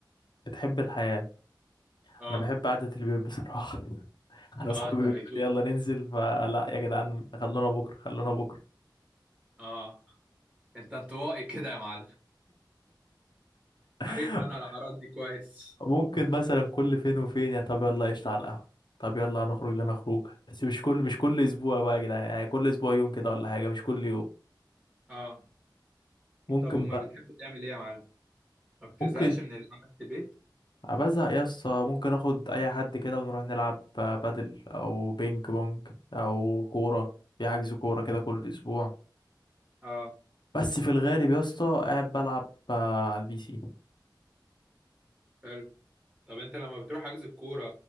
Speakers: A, on the left; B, on the right.
A: بتحب الحياه
B: اه
A: انا بحب قعده البيت بصراحه <laughs> انا
B: اه
A: اصحابي
B: انت
A: بيقولوا
B: بيتوت
A: لي يلا ننزل فلا يا جدعان خلونا بكره خلونا بكره
B: اه انت انطوائي كده يا معلم
A: <laughs>
B: عارف انا الاعراض
A: <laughs>
B: دي كويس
A: ممكن مثلا كل فين وفين يا طب يلا قشطة على القهوة طب يلا هنخرج لنا خروجه بس مش كل مش كل اسبوع بقى يا جدعان يعني كل اسبوع يوم كده ولا حاجة مش كل يوم
B: اه
A: ممكن
B: طب امال
A: بقى
B: بتحب تعمل ايه يا معلم ما بتزهقش
A: ممكن
B: من القعده في البيت
A: بزهق يا اسطى ممكن اخد اي حد كده ونروح نلعب بادل او بينج بونج او كورة في حجز كورة كده كل اسبوع
B: اه
A: بس في الغالب يا اسطى قاعد بلعب آه، على البي سي
B: حلو طب انت لما بتروح حجز الكوره